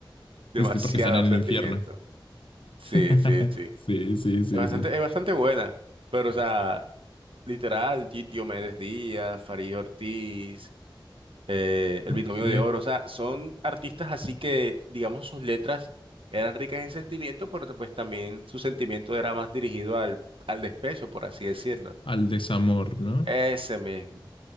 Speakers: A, on the right; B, on the left.
A: demasiado
B: es porque están en
A: sentimiento.
B: el infierno.
A: Sí,
B: <laughs>
A: sí, sí.
B: Sí, sí, sí,
A: Es bastante,
B: sí.
A: es bastante buena, pero o sea, Literal, Di- Diomedes Díaz, Farid Ortiz, eh, El
B: Ok.
A: Binomio de Oro, o sea, son artistas así que, digamos, sus letras eran ricas en sentimiento, pero pues también su sentimiento era más dirigido al, al despecho, por así decirlo.
B: al desamor, ¿no?
A: Ese mismo.